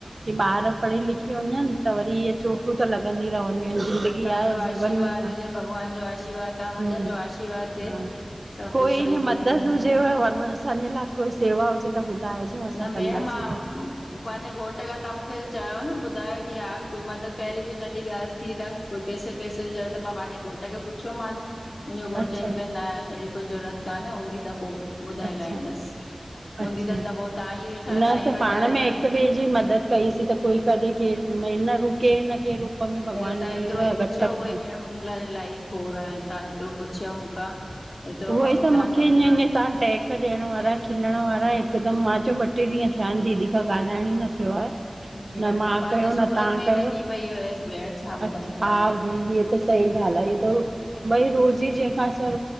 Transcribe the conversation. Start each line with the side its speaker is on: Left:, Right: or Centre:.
Right: की ॿार पढ़ी लिखी वञनि त वरी इअ चोटूं त लॻनि दी ही रहंदियू आहिनि ज़िंदगी
Left: बस तव्हांजो
Right: आहे
Left: आशीर्वाद
Right: जीवन मे, हं
Left: हुजे भॻवान जो आशीर्वाद तव्हां वॾनि
Right: हम्म
Left: जो आशीर्वाद थिए
Right: हा
Left: सभु
Right: कोई
Left: कुझु सही थी
Right: मदद
Left: वेंदो
Right: हुजेव असांजे लाइ कोई सेवा हुजेव त ॿुधाइजो असां
Left: न भेण,
Right: कंदासीं
Left: मां
Right: त
Left: पांजे घोट त तव्हां मूंखे चयो न ॿुधायो की हा कोई मदद पहिरीं बि हु नढी ॻाल्हि थी त कोई पैसे पैसे जी जरुरत मां पंहिंजे घोट खे पुछियो मान मुंहिंजो घोटु
Right: अच्छा
Left: चवनि पिया न अहिड़ी कोई जरूरत काने हूंदी त पो ॿुधाए
Right: अच्छा
Left: लाईंदस, हूंदी
Right: अच्छा
Left: त
Right: न
Left: त पोइ तव्हां ई वेठा आहियो तव्हां ई
Right: त
Left: वॾा
Right: पाण
Left: आहियो
Right: में
Left: तव्हां
Right: हिकु
Left: ई
Right: ॿिए जी मदद कईसीं त कोई कॾहिं केर न रुके न के रूप में भॻवान
Left: त तव्हां
Right: वेईंदो
Left: एतिरो
Right: आ
Left: ई पुछियव
Right: घट
Left: उहो
Right: में
Left: ई भेण मुंहिंजे लाइ इलाही खोड़ आहे तव्हां एतिरो पुछियव मूंखां एतिरो
Right: उहो ई त
Left: तव्हां
Right: मूंखे तवहां टहक ॾियण वारा खिलण वारा हिकदम मां चयो ॿ टे ॾीहं थिया आहिन दीदी खां ॻाल्हाइण ही न थियो आ
Left: भेण
Right: न मां
Left: पंहिंजे
Right: कयो
Left: सूरत
Right: न तहां
Left: में ई
Right: कयो,
Left: लॻी पई हुयसि भेण छा ॿुधायां
Right: अच्छा
Left: तव्हांखे।
Right: हा भाई हे त सही ॻाल्हि आ इीअ त भई रोजी जेका असां